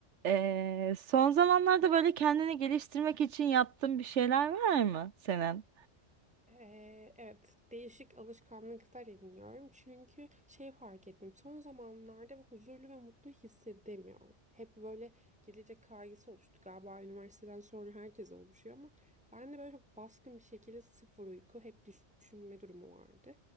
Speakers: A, on the right; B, in the centre.
A: Ee, son zamanlarda böyle kendini geliştirmek için yaptığın bir şeyler var mı senin?
B: Ee, evet, değişik alışkanlıklar ediniyorum. Çünkü şey fark ettim. Son zamanlarda huzurlu ve mutlu hissedemiyorum. Hep böyle gelecek kaygısı oluştu galiba üniversiteden sonra herkes oluşuyor ama ben de böyle çok baskın bir şekilde sıfır uyku, hep düşünme durumu vardı.